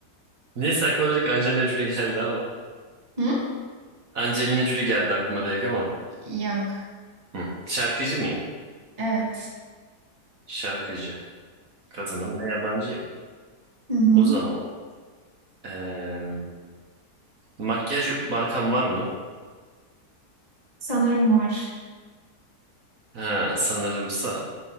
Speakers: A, on the right; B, on the right.
A: Neyse aklıma direkt Angelina Jolie geldi ama.
B: Hı?
A: Angelina Jolie geldi aklıma direkt ama.
B: Yok.
A: Hı. Şarkıcı mıyım?
B: Evet.
A: Şarkıcı. Kadınım ve yabancıyım.
B: Hı hı.
A: O zaman Eee, makyaj markam var mı?
B: Sanırım var.
A: Ha, sanırımsa